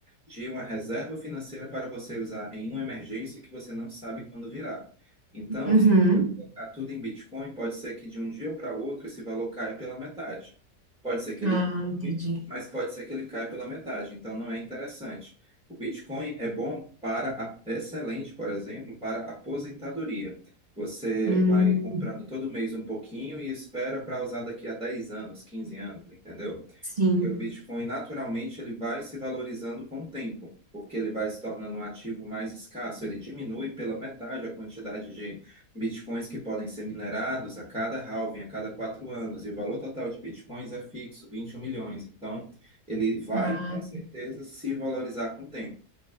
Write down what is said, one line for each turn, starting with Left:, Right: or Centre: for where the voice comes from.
Centre: de uma reserva financeira para você usar em uma emergência que você não sabe quando virá. Então,
Right: Uhum.
Centre: se colocar tudo em Bitcoin, pode ser que de um dia para outro esse valor caia pela metade. Pode ser que
Right: Ah,
Centre: ele dobre,
Right: entendi.
Centre: mas pode ser que ele caia pela metade, então não é interessante. O Bitcoin é bom para, a- é excelente, por exemplo, para a aposentadoria. Você
Right: Hum,
Centre: vai comprando todo mês um pouquinho e espera para usar daqui a 10 anos, 15 anos, entendeu?
Right: sim.
Centre: Porque o Bitcoin, naturalmente, ele vai se valorizando com o tempo, porque ele vai se tornando um ativo mais escasso. Ele diminui pela metade a quantidade de Bitcoins que podem ser minerados a cada halving, a cada quatro anos. E o valor total de Bitcoins é fixo, 21 milhões. Então, ele vai,
Right: Ah,
Centre: com certeza, se valorizar com o tempo.